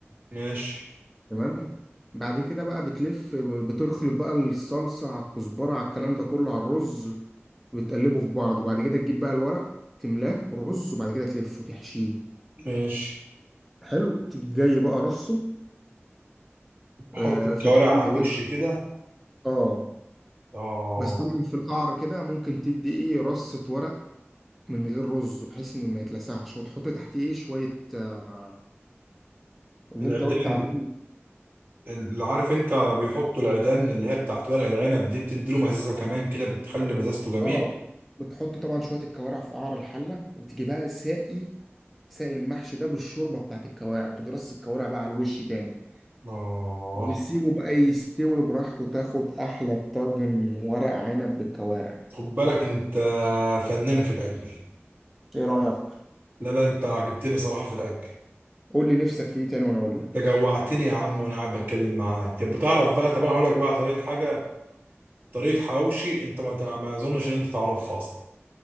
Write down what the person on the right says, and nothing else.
ماشي
ماشي
احط
الكوارع
على الوش
كده
اه
العيدان
بت- اللي عارف انت بيحطوا العيدان اللي هي بتاعت ورق العنب دي بتدي له مزازه كمان كده بتخلي مزازته جميل
اه
خد بالك انت فنان في الاكل
لا لا انت عجبتني صراحه في الاكل
انت
جوعتني يا عم وانا قاعد بتكلم معاك طب بتعرف بقى طب انا هقول لك بقى طريقه حاجه طريقه حواوشي انت ما تع- ما اظنش ان انت تعرفها اصلا